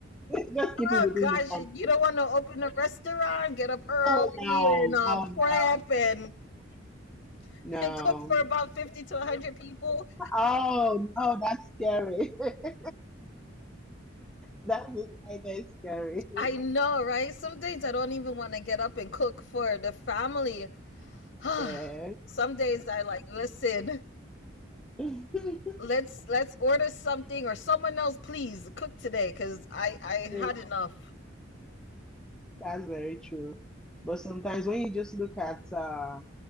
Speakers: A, in the centre; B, on the left (about 55°).
A: <laughs> Just keep
B: Oh
A: it within
B: gosh,
A: the family.
B: you don't want to open a restaurant, get up early
A: Oh no,
B: and um
A: oh
B: prep
A: no,
B: and, <laughs>
A: no.
B: and cook for about 50 to 100 people.
A: Oh no, that's scary. <laughs> That was why they scary.
B: I know,
A: <laughs>
B: right? Some days I don't even want to get up and cook for the family. <sighs>
A: Yeah.
B: Some days I like, listen.
A: <laughs>
B: let's let's order something or someone else please cook today because i i
A: Yeah.
B: had enough
A: That's very true. But sometimes when you just look at uh,